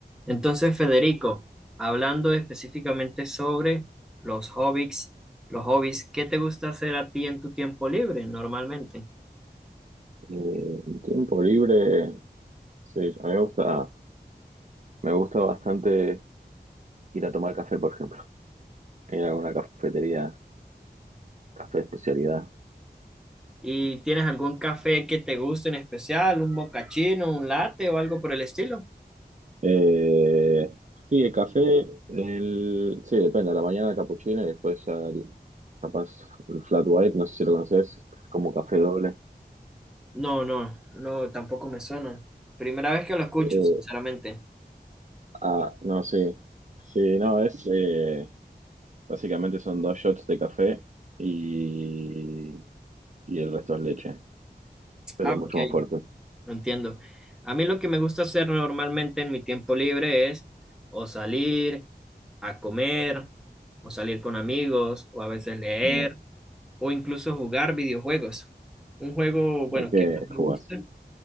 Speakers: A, in the centre; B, on the right (about 45°).
A: Entonces, Federico, hablando específicamente sobre los hobbies, los hobbies, ¿qué te gusta hacer a ti en tu tiempo libre normalmente?
B: Eh, el tiempo libre, sí, a mí me gusta, me gusta bastante ir a tomar café, por ejemplo, ir a una cafetería, café de especialidad.
A: ¿Y tienes algún café que te guste en especial, un mocachino, un latte o algo por el estilo?
B: Eh, sí, el café, el, sí, depende, a la mañana el capuchino y después ya el- capaz el flat white, no sé si lo conoces, como café doble.
A: No, no, no, tampoco me suena. Primera vez que lo escucho,
B: Eh,
A: sinceramente.
B: ah, no, sí, sí, no, es, eh, básicamente son dos shots de café y, y el resto es leche, pero
A: Ah, ok,
B: es mucho más fuerte.
A: no entiendo. A mí lo que me gusta hacer normalmente en mi tiempo libre es o salir a comer, o salir con amigos, o a veces leer
B: Mm.
A: o incluso jugar videojuegos. Un juego, bueno,
B: ¿De qué
A: que más me
B: jugás?
A: gusta